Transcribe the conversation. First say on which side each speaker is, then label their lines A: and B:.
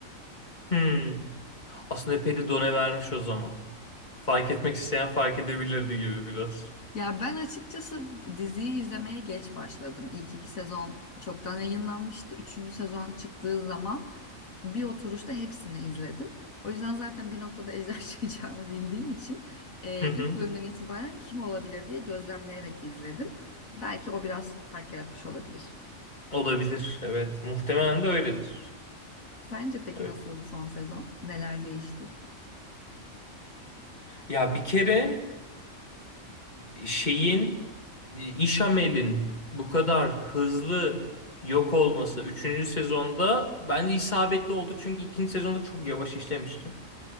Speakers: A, on the left; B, on the left.
A: Hmm. Aslında epey de done vermiş o zaman. Fark etmek isteyen fark edebilirdi gibi biraz.
B: Ya ben açıkçası diziyi izlemeye geç başladım. İlk iki sezon çoktan yayınlanmıştı. Üçüncü sezon çıktığı zaman bir oturuşta hepsini izledim. O yüzden zaten bir noktada ejder <laughs> çıkacağını bildiğim için e,
A: Hı hı.
B: ilk bölümden itibaren kim olabilir diye gözlemleyerek izledim. Belki o biraz fark yaratmış olabilir.
A: Olabilir. Evet. Muhtemelen de öyledir.
B: Sence peki
A: Öyle.
B: nasıldı son sezon? Neler değişti?
A: Ya bir kere e, şeyin e, İshamelin bu kadar hızlı yok olması üçüncü sezonda bence isabetli oldu. Çünkü ikinci sezonda çok yavaş işlemişti.